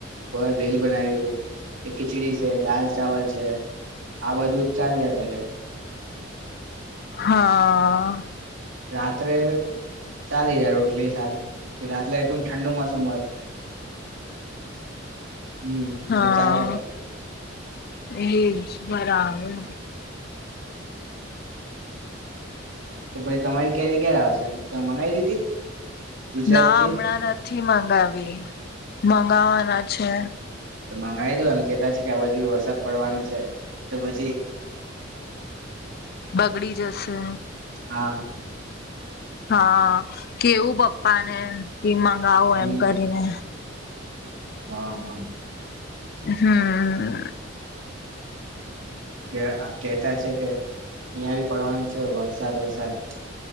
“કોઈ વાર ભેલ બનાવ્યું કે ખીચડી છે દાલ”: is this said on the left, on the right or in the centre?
Right